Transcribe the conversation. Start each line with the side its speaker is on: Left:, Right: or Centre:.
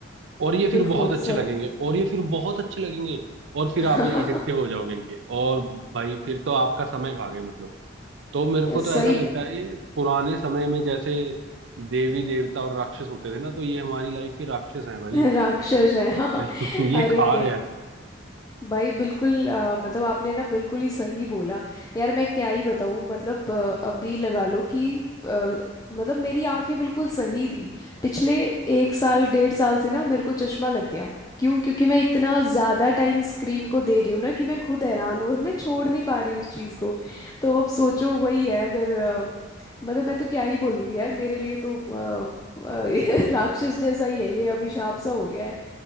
Right: और ये फिर
Left: बिल्कुल
Right: बहुत अच्छे
Left: सही
Right: लगेंगे और ये फिर बहुत अच्छे लगेंगे और फिर
Left: <laughs>
Right: आप एडिक्टिव हो जाओगे इनके और भाई फिर तो आपका समय खा गए मतलब तो मेरे को
Left: सही
Right: तो ऐसा लगता है ये पुराने समय में जैसे देवी देवता और राक्षस होते थे ना तो ये हमारी लाइफ के राक्षस हैं भाई
Left: राक्षस
Right: <laughs>
Left: है <laughs> हाँ
Right: भाई ये
Left: अरे
Right: खा रहे हैं
Left: भाई बिल्कुल अ, मतलब आपने ना बिल्कुल ही सही बोला यार मैं क्या ही बताऊं मतलब अ, अभी लगा लो कि अ, मतलब मेरी आंखें बिल्कुल सही थी पिछले एक साल डेढ़ साल से ना मेरे को चश्मा लग गया क्यों क्योंकि मैं इतना ज़्यादा टाइम स्क्रीन को दे रही हूँ ना कि मैं खुद हैरान हूँ और मैं छोड़ नहीं पा रही उस चीज़ को तो अब सोचो वही है अगर अ, मतलब मैं तो क्या ही बोलूँगी यार मेरे लिए तो अ, अ, <laughs> राक्षस जैसा ही है ये अभिशाप सा हो गया है